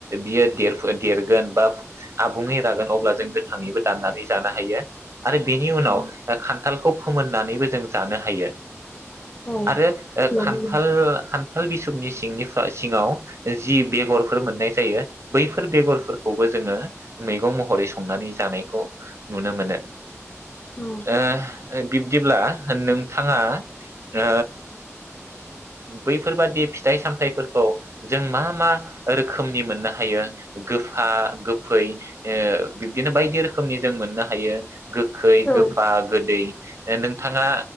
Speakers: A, on the right; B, on the left.
A: बियो देर देरगोन बा आबुङै रागोन अब्ला जों गोथाङैबो दाननानै जानो हायो आरो बिनि उनाव
B: औ
A: खान्थाल खौ फोमोननानैबो जों जानो हायो
B: औ
A: आरो
B: नंगौ।
A: खान्थाल खान्थाल बिसबनि सिंगनि सिङाव जि बेगरफोर मोननाय जायो बैफोर बेगरफोरखौबो जोङो मैगं महरै संनानै जानायखौ नुनो मोनो।
B: औ
A: ओ ओ बिब्दिब्ला नोंथाङा ओ बैफोरबादि फिथाइ सामथाइफोरखौ जों मा मा रोखोमनि मोननो हायो गोफा गोफै ओ बिब्दिनो बायदि रोखोमनि जों मोननो हायो गोखै
B: औ
A: गोफा गोदै नोंथाङा